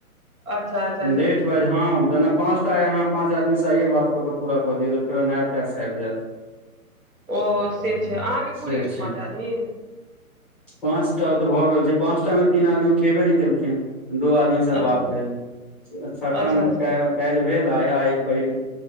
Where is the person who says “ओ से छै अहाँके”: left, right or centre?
Right